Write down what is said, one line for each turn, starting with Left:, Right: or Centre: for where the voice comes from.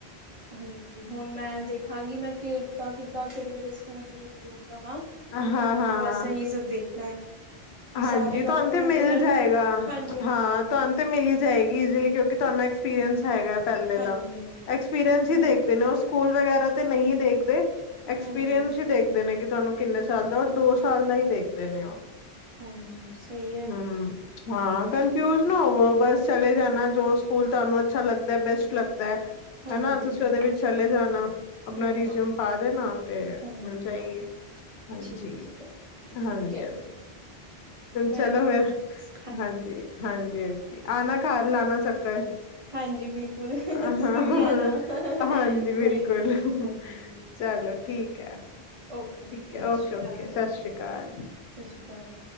Right: ਹਾਂਜੀ ਹੁਣ ਮੈਂ ਦੇਖਾਂਗੀ ਮੈਂ ਕਿੱਦਾਂ। ਕਿੱਦਾਂ ਕਿਹੜੇ- ਕਿਹੜੇ ਸਕੂਲ 'ਚ ਰਜੂਮ ਦਾਵਾਂ
Left: ਹਾਂ ਹਾਂ
Right: ਫੇਰ ਬਸ ਇਹੀ ਸਭ ਦੇਖਣਾ ਹੈ।
Left: ਹਾਂਜੀ
Right: ਸਾਰੇ
Left: ਤੁਹਾਨੂੰ
Right: ਡਾਕੂਮੈਂਟਸ
Left: ਤੇ ਮਿਲ
Right: ਵਗੈਰਾ
Left: ਜਾਏਗਾ
Right: ਨਿਕਾਲ ਹਾਂਜੀ ਹਾਂਜੀ
Left: ਹਾਂ। ਤੁਹਾਨੂੰ ਤੇ ਮਲੀ ਜਾਏਗੀ ਇਜ਼ਲੀ ਕਿਉਂਕਿ ਤੁਹਾਨੂੰ ਐਕਸਪੀਰੀਅੰਸ ਹੈਗਾ। ਪ
Right: ਹਾਂਜੀ
Left: ਦਾ
Right: ਹਾਂਜੀ
Left: ਐਕਸਪੀਰੀੰਸ ਹੀ
Right: ਮੈਂ
Left: ਦੇਖਦੇ ਨੇ ਉਹ ਸਕੂਲ ਵਗੈਰਾ ਤੇ ਨਹੀਂ ਦੇਖਦੇ। ਐਕਸਪੀਰੀਅੰਸ
Right: ਹਾਂਜੀ
Left: ਹੀ ਦੇਖਦੇ ਨੇ ਕਿ ਤੁਹਾਨੂੰ ਕਿੰਨੇ ਸਾਲ ਦਾ ਔਰ ਦੋ ਸਾਲ ਦਾ ਹੀ ਦੇਖਦੇ ਨੇ ਉਹ।
Right: ਹਾਂਜੀ। ਸਹੀ ਹੈ
Left: ਹਮ ਹਾਂ ਕਨਫਿਊਜ
Right: ਹਮ
Left: ਨਾ ਹੋਵੋ ਬਸ। ਚਲੇ ਜਾਣਾ ਜੋ ਸਕੂਲ ਤੁਹਾਨੂੰ ਅੱਛਾ ਲੱਗਦਾ ਬੈਸਟ ਲੱਗਦਾ ਹੈ।
Right: ਹਾਂਜੀ
Left: ਹਨਾ
Right: ਹਾਂਜੀ
Left: ਤੁਸੀਂ ਉਹਦੇ ਵਿੱਚ ਚਲੇ ਜਾਣਾ ਆਪਣਾ
Right: ਹਾਂਜੀ
Left: ਰਜ਼ਊਮ ਪਾ ਦੇਣਾ ਤੇ
Right: ਹਾਂਜੀ
Left: ਮਿਲ ਜਾਏਗੀ। ਹਾਂਜੀ
Right: ਠੀਕ ਹੈ
Left: -
Right: ਠੀਕ
Left: ਹਾਂਜੀ
Right: ਹੈ
Left: - ਹਾਂਜੀ।
Right: ਮੈਂ
Left: ਚਲੋ
Right: ਹੁਣ
Left: ਫਿਰ
Right: ਬਸ
Left: ਹਾਂਜੀ -ਹਾਂਜੀ- ਹਾਂਜੀ ਆਣਾ ਘਰ ਲਾਉਣਾ ਚੱਕਰ।
Right: ਹਾਂਜੀ ਬਿਲਕੁਲ
Left: ਹਾਂ
Right: ਤੁਸੀਂ ਵੀ
Left: ਹ
Right: ਆਣਾ
Left: ਹਾਂਜੀ ਬਿਲਕੁਲ
Right: ਕੋਈ ਨੀ ਹਾਂਜੀ ਹਾਂਜੀ
Left: ਚੱਲੋ। ਠੀਕ ਹੈ
Right: ਓਕੇ
Left: ਠੀਕ ਹੈ
Right: ਸਤਿ
Left: ਓਕੇ
Right: ਸ਼੍ਰੀ
Left: ਓਕੇ
Right: ਅਕਾਲ
Left: ਸਤਿ ਸ਼੍ਰੀ ਅਕਾਲ।
Right: ਸਤਿ ਸ਼੍ਰੀ ਅਕਾਲ।